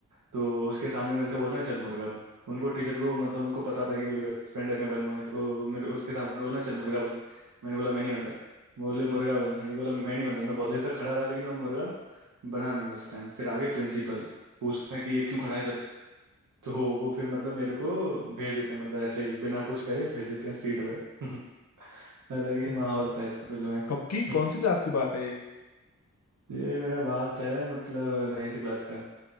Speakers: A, on the right; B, on the left.
A: तो उसके सामने मेरे से बोल रहे हैं चल मुर्गा बन उनको टीचर को मतलब उनको पता था कि मेरी बेस्ट फ्रेंड है मैं बनूंगा नहीं तो मेरे उसके सामने बोल रहे हैं चल मुर्गा बन मैंने बोला मैं नहीं बन रहा बोले मुर्गा बन मैंने बोला मैं नहीं बन रहा मैं बहुत देर तक खड़ा रहा लेकिन मैं मुर्गा बना नहीं उस टाइम फिर आगे प्रिंसिपल पूछते हैं कि ये क्यों खड़ा है इधर तो वो फिर मतलब मेरे को भेज देते हैं मतलब ऐसे ही बिना कुछ कहे भेज देते हैं सीट पे <laughs> अलग ही
B: हम्म।
A: माहौल था स्कूल में
B: कब की
A: <laughs>
B: कौन सी क्लास की बात है ये
A: ये मेरा बात है मतलब नाइन्थ क्लास का